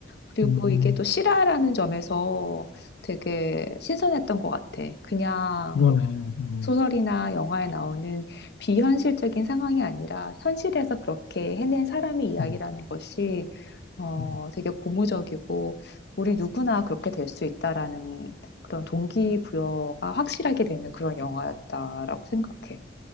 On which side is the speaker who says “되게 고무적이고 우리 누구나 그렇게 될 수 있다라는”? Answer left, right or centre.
Left